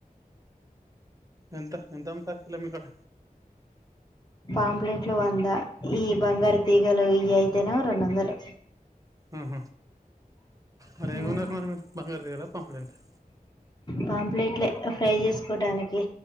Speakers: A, on the right; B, on the left.
A: ఎంత ఎంత అమ్ముతారు కిల మీ కాడ
B: పాంప్లెట్లు వంద ఈ బంగారు తీగలు ఇయ్యి అయితేనేమో రెండు వందలు
A: ఆహ మరి ఎం
B: ఉమ్,
A: కొన్నరు మరి మీరు బంగారుతీగలా పాంప్లెంట్లా
B: పాంప్లేట్లే ఫ్రై చేసుకోడానికి